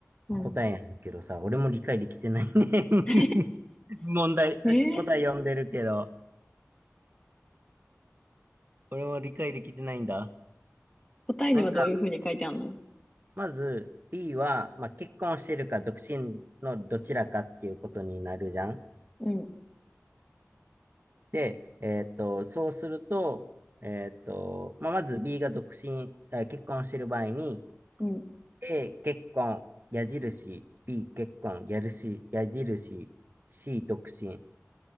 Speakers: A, on the left; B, on the right.
A: うん。
B: 答えやねんけどさ、俺も理解できてないね。
A: <laughs>
B: <laughs> 問題、
A: えー、
B: 答え読んでるけど、俺も理解できてないんだ。
A: 答えにはどういうふうに書いてあるの
B: なんか、まず B は、まあ、結婚してるか独身のどちらかっていうことになるじゃん。
A: うん、
B: で、えっと、そうすると、えっと、まあ、まず B が独身、あ結婚してる場合に、
A: うん。
B: A、結婚、矢印、B、結婚、矢印、矢印、C、独身っ